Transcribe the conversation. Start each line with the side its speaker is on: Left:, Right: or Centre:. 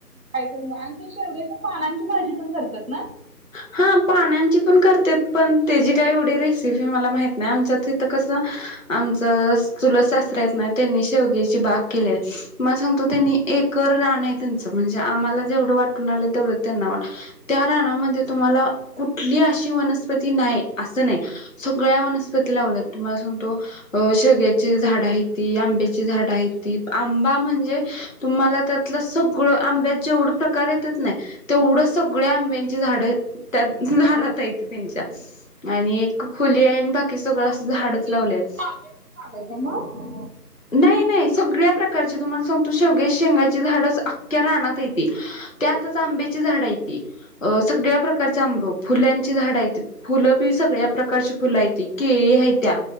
Right: काय तरी मग आणि ते शेवग्याच्या पानांची भाजी पण करतात ना?
Left: हा पानांची पण करत्यात, पण तेची काही एवढी रेसिपी मला माहित नाही. आमच्यात हित कसं आमचं चुलत सासरं हायत नाय त्यांनी शेवग्याची बाग केली आहे. तुम्हाला सांगतो त्यांनी एकर रान आहे त्यांच. म्हणजे आम्हाला जेवढं वाटून आलं, तेवढं त्यांना वाट. त्या रानामध्ये तुम्हाला कुठली अशी वनस्पती नाही असं नाही. सगळ्या वनस्पती लावल्यात, तुम्हाला सांगतो. अ शेवग्याची झाडं हायती, आंब्याची झाडं हायती, आंबा म्हणजे तुम्हाला त्यातलं सगळं आंब्यात जेवढं प्रकार येत्यात नाही तेवढं सगळ्या आंब्यांची झाडं हायत. त्यात दारात हाईत त्यांच्या आणि एक खुली हाय आणि बाकी की सगळं असं
Right: आंब्याची
Left: झाडच लावल्यात.
Right: पूर्ण आंब्याची भाजी मग
Left: नाही नाही सगळ्या प्रकारची. तुम्हाला सांगतो शेवग्याच्या शेंगाची झाडच अख्या रानात हायती. त्यातच आंब्याची झाडं आहेत, सगळ्या प्रकारचे आंब, फुल्यांची झाडं आहेत. फुलंबी सगळ्या प्रकारची फुलं हायती. केळी हायत्या,